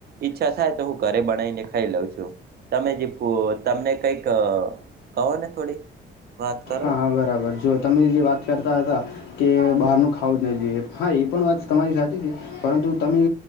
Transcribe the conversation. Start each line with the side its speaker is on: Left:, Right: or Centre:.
Right: ઈચ્છા થાય તો હું ઘરે બનાવીને ખાઈ લઉં છું તમે જે તમને કઈક કન ને થોડી વાત કરો
Left: હા હા બરાબર જો તમે જે વાત કરતા હતા કે
Right: સારું
Left: બહારનું ખાવું જ ન જોઈએ હા એ પણ વાત તમારી સાચી છે. પરંતુ તમે